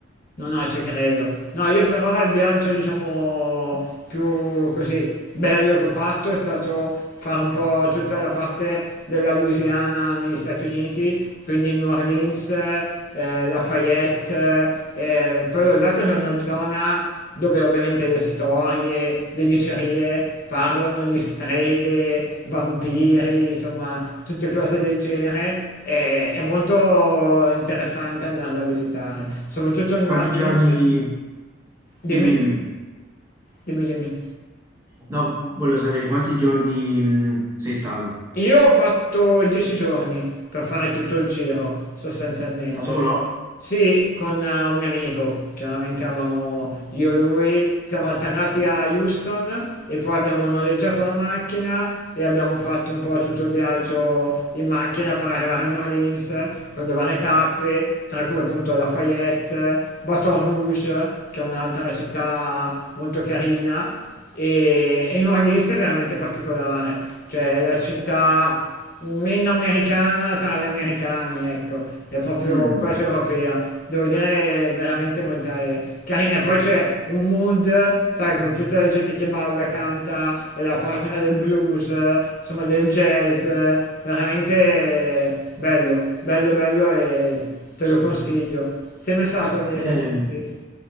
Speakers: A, on the left; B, on the right.
A: No, no, ci credo. No, io per ora il viaggio, diciamo, più così bello che ho fatto è stato fare un po' tutta la parte della Louisiana negli Stati Uniti, quindi New Orleans, eh, Lafayette, eh, quello dato che è una zona dove ovviamente le storie, le dicerie parlano di streghe, vampiri, insomma, tutte cose del genere. È, è molto interessante andarla a visitare, soprattutto a New
B: Quanti
A: Orleans.
B: giorni,
A: Dimmi,
B: dimmi, dimmi,
A: dimmi, dimmi.
B: no, volevo sapere quanti giorni, mh, sei stato?
A: Io ho fatto 10 giorni per fare tutto il giro, sostanzialmente.
B: Da solo?
A: Sì, con eh, un mio amico, chiaramente eravamo io e lui, siamo atterrati a Houston e poi abbiamo noleggiato la macchina e abbiamo fatto un po' tutto il viaggio in macchina per arrivare a New Orleans con le varie tappe, tra cui appunto Lafayette, Baton Rouge, che è un'altra città molto carina e, e Nordis è veramente particolare, cioè è la città meno americana tra gli americani, ecco, è proprio
B: Mm.
A: quasi europea, devo dire è veramente molto è carina, E poi c'è un mood, sai, con tutta la gente che balla, canta, è la patria del blues, eh, insomma del jazz, eh, veramente bello, bello, bello e te lo consiglio. Sei mai stato negli
B: Eh,
A: Stati Uniti?